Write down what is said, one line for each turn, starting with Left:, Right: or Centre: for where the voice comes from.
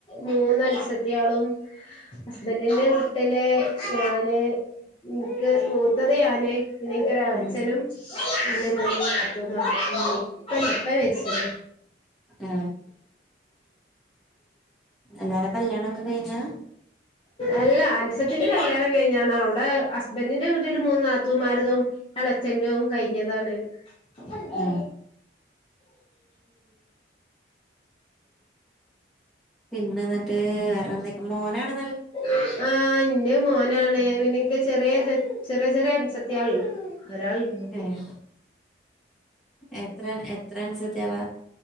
Left: മൂന്ന അത്സത്തിയാളും ഹസ്ബൻറിന്റെ വീട്ടില് ഞാന് ഇനിക്ക് മൂത്തത് പിെനെക്ക് ഒര എളഅച്ഛനും
Centre: ഉം
Left: പി ന്നേ മൂന്ന് നാത്തൂൻ മാരും ഇപ്പല്ല ഇപ്പ മരിച്ച ആ
Centre: ആഹ എല്ലാരും കല്യാണം ഒക്കെ കഴിഞ്ഞ
Left: എല്ല അ അച്ഛത്തിന്റെ കല്യാണം കഴിഞ്ഞാണ് അവിടെ ഹസ്ബൻറിിന്റെ വീട്ടിൽ മൂന്ന് നാത്തുമാരിതും എളെച്ഛന്റെറും കൈ പിഞ്ഞതാണ് ഉ
Centre: ആഹ് പിന്നെ എന്നിട്ട് വേറെ എന്തക്കെ മോനാണ്
Left: ആഹ എന്റ മോന പിന്നാണ് പിന്നെഎനിക്ക് ചെറിയ ച ചെറിയ ചെറിയ അൻസത്തിഏൾണ്ട് ഒരാൾണ്ട്
Centre: ഏഹ് എത്ര എത്ര അൻസത്തിളാ